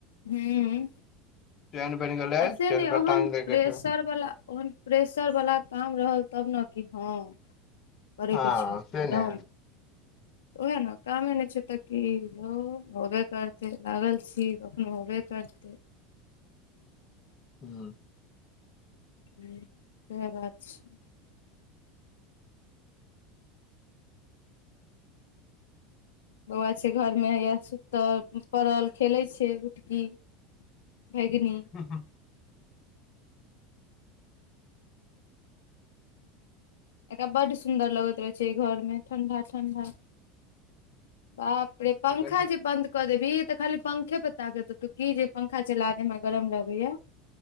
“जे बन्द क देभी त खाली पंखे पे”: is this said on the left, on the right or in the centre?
Left